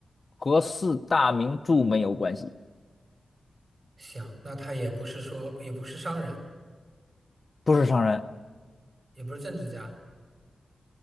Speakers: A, on the left (about 35°); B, on the right (about 40°).
A: 和四大名著没有关系，
B: 行，那他也不是说也不是商人，
A: 不是商人，
B: 也不是政治家。